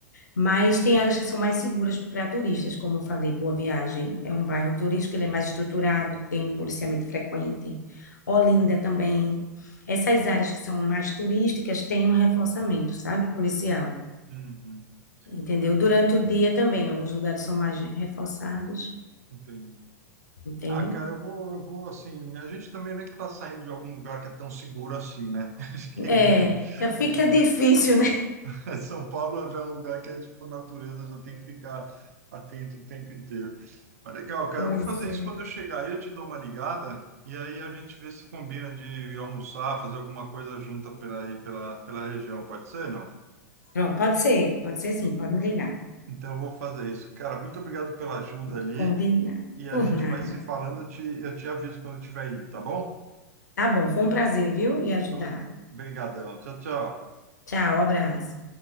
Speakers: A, on the left; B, on the right.
A: Mas tem áreas que são mais seguras para turistas, como eu falei, Boa Viagem é um bairro turístico, ele é mais estruturado, tem policiamento frequente. Olinda
B: sim.
A: também. Essas áreas que são mais turísticas têm um reforçamento, sabe, policial,
B: Uhum.
A: entendeu?
B: É,
A: Durante o dia também, alguns lugares são mais reforçados,
B: entendi.
A: entende?
B: Ah, cara, eu vou, eu vou assim. A gente também não é que está saindo de algum lugar que é tão seguro assim, né? <laughs> Acho que
A: É,
B: é meio-
A: tá- fica
B: a gente
A: <laughs> difícil, né?
B: <laughs> São Paulo já é um lugar que a gente, por natureza, já tem que ficar atento o tempo inteiro. Mas legal, cara,
A: Pois
B: eu vou fazer
A: é.
B: isso quando eu chegar aí, eu te dou uma ligada e aí a gente vê se combina de almoçar, fazer alguma coisa junta pela, aí, pela, pela região, pode ser, não?
A: Pronto, pode ser, pode ser sim, pode me ligar.
B: Então eu vou fazer isso. Cara, muito obrigado pela ajuda
A: Pronto,
B: ali
A: combinado,
B: e a
A: por
B: gente
A: nada.
B: vai se falando, eu te, eu te aviso quando eu estiver indo, tá bom?
A: Tá bom, foi um prazer, viu? E ajudar.
B: Tu- Obrigadão, tchau, tchau.
A: Tchau, abraço.